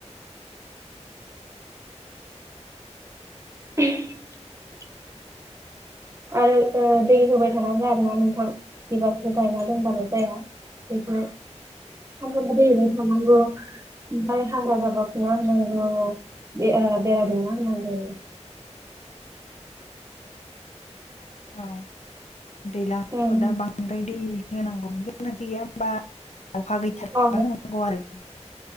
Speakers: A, on the right (about 25°); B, on the left (about 70°).
A: ओहम आरो ओ दै होबाय थानांगो आरोना नोंथां बिबारखौ गायना दोनबाल' जाया। बेखौ सानफ्रोमबो दै होबाय थानांगौ ओमफ्राय हाग्रा जाबा फुना होनांगौ बे ओ बेरा दुमना होनांगौ
B: औ दैलांफ्राव
A: ओं
B: दा बांद्राय दै होनांगौनि गोनांथि गैया होमबा अखा गैथाराबा
A: औ
B: होनांगौ आरो